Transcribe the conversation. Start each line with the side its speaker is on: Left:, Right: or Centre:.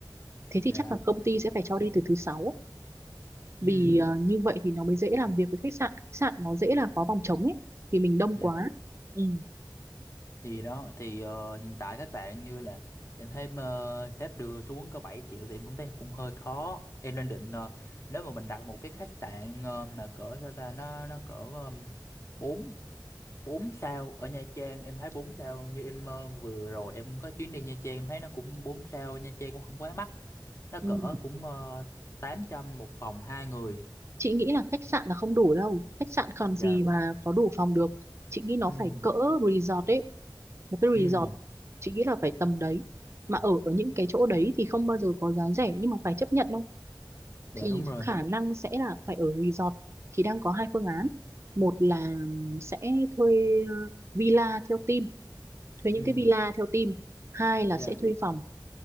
Right: thế thì
Left: dạ
Right: chắc là công ty sẽ phải cho đi từ thứ sáu vì
Left: ừ
Right: à, như vậy thì nó mới dễ làm việc với khách sạn khách sạn nó dễ là có phòng trống ấy vì mình đông
Left: dạ
Right: quá ừ.
Left: thì đó thì ờ, hiện tại khách sạn như là em thấy ờ, sếp đưa xuống có bảy triệu thì em cũng thấy cũng hơi khó em đang định ờ, nếu mà mình đặt một cái khách sạn ờ, mà cỡ sao ta nó nó cỡ um, bốn 4 sao ở Nha Trang em thấy 4 sao như em ờ, vừa rồi em có chuyến đi Nha Trang em thấy nó cũng 4 sao Nha Trang cũng không quá mắc nó cỡ
Right: ừ.
Left: cũng uh, 800 một phòng hai người
Right: chị nghĩ là khách sạn là không đủ đâu khách sạn còn
Left: dạ
Right: gì mà có đủ phòng được chị nghĩ nó
Left: ừ
Right: phải cỡ resort ấy một cái
Left: ừ
Right: resort chị nghĩ là phải tầm đấy mà ở ở những cái chỗ đấy thì không bao giờ có giá rẻ nhưng mà phải chấp nhận đâu
Left: dạ
Right: thì
Left: đúng rồi
Right: khả năng sẽ là phải ở resort thì đang có hai phương án một là sẽ thuê ờ, villa theo team thuê những
Left: ừ
Right: cái villa theo team hai là
Left: dạ
Right: sẽ thuê phòng